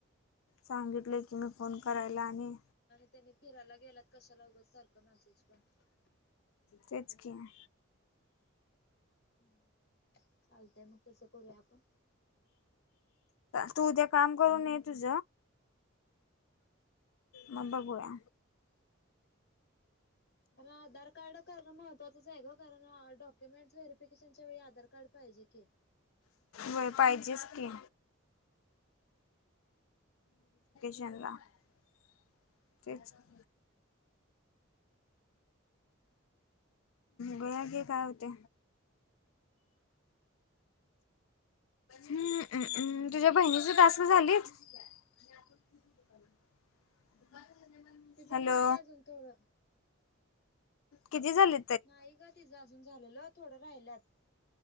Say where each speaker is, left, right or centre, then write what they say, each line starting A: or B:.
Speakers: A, on the left (about 75°); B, on the left (about 50°).
A: सांगितले की मी फोन करायला आणि.
B: त्यानी फिरायला गेल्यात कशाला उगच सारख मेसेज करतेस.
A: तेच की, आहे.
B: ह चालतय मग तसं करूया आपण
A: तू उद्या काम करून ये तुझ. मग बघुया.
B: मला आधार कार्ड करण महत्त्वाचच आहे ग कारण डॉक्युमेंट व्हेरिफिकेशनच्या वेळी आधार कार्ड, पाहिजे की.
A: होय पाहिजेच की.
B: हा
A: <unintelligible> तचि <inaudible> बगा की काय व्होतय हम्मम्म्म
B: हम्म
A: तुझ्या बहिणीची टास्क झालीत <unintelligible>
B: तिचं
A: हॅलो
B: ना आहे अजून थोडं
A: किती झालीत
B: नाही ग तिझं अजून झालेल थोडं राहिल्यात